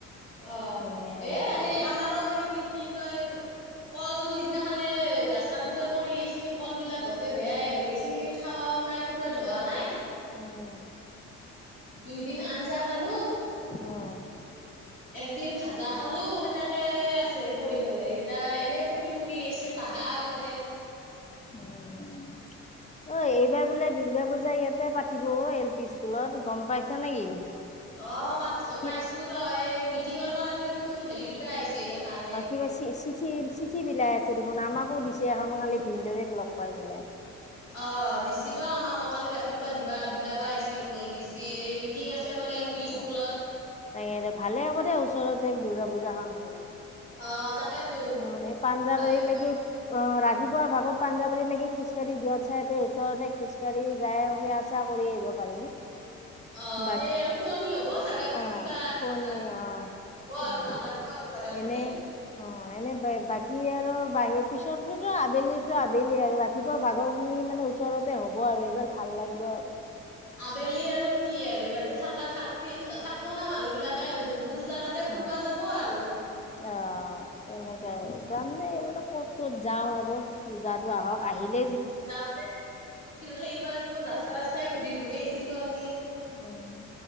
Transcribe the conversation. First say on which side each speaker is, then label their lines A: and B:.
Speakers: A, on the left; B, on the left.
A: অ
B: ধুনীয়াকে
A: এ
B: ভাজি
A: সেই আমাৰো সেই কি বুলি কয় কল সিদিনাখানে গছ কাটোোতে পৰি গৈছি কল বিিলাক গোতে বেয়াই হৈ গৈছি খাৱাও নাই কুৰে ধোৱা নাই
B: উম
A: দুইদিন আঞ্জা খালো
B: অ
A: একদিন ভাজা খালো সেনেকে আছে পৰি ফেলাই ইতা এনে পুখু পকি পকি গৈছে কাঁহা আগতে
B: উম অ এইবাৰ বোলে দুৰ্গা পূজা ইয়াতে পাতিব এল পি স্কুলত গম পাইছা নেকি
A: অ পছ
B: কি
A: পাইছো ৰ এই মিটিঙৰ কাৰণে দেখোন হেৰি দিবা আহিছিল এখান এই
B: বা ছী ছিত চি চিঠি বিলাই আছে দেখোন আমাকো দিছে আম কালি ভিনদৰে লগ পাই পেলাই
A: অ দিছি ৰ আমাক কালি ৰাতিপুৱা দিবা বিলা লাবা আহিছিল দেখোন দিচি এই মিটিং আছে বোলে এল পি স্কুলত
B: অ' তাকে ভালে হ' দে ওচৰতে দুৰ্গা পূজা খন হ
A: অ', তাকেতো
B: অ মানে পাঞ্জা
A: ভালে
B: বাৰি লাগি
A: হ'ব
B: অ ৰাতিপুৱাৰ ভাগত পাঞ্জাৱাৰীত লাগি খোজকাঢ়ি যোৱাত চাইতে ওচৰতে খোজকাঢ়ি যায় সেয়া আ চা কৰি আহিব পাৰিম
A: অ
B: বাট
A: সেই আৰু শুৱনি হব জাগা খিনি
B: অ
A: কিবা লাগিব
B: শুৱনি অ
A: হ'ব আৰু
B: অ
A: ভাল লাগিব আৰু জোগা খিনি
B: এনে অ এনে বাকী আৰু বাহিৰ পিছতোতো আবেলিো আবেলি আৰু ৰাতিপুৱা ভাগৰ খিনি মানে ওচৰতে হ'ব আৰু এইবাৰ ভাল লাগিব আৰু
A: আবেলি আৰু কি আৰু ইয়াতে থাকা থাকবি থাকব না মানুহ বিলাক ত দূৰ দূৰ জেগাতে
B: অ
A: ফুুৰবা যাব আৰু
B: অ এনেকুৱাই যাম দে এইবাৰ ক'ত ক'ত যাওঁ আৰু পূজাটো আহক আহিলে
A: যাম সেইবাৰতো ৰাস্তা ৰাস্তাই ঘূৰি ঘূৰি আহিছিলোঁ আমি।
B: উম,